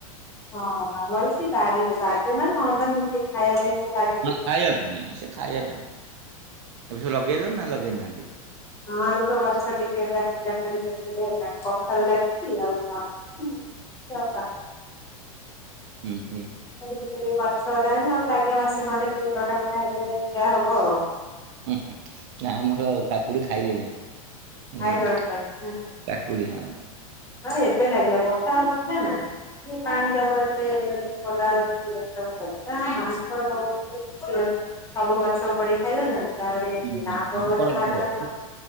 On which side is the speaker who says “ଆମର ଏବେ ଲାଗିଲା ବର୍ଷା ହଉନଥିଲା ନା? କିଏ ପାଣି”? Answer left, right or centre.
Left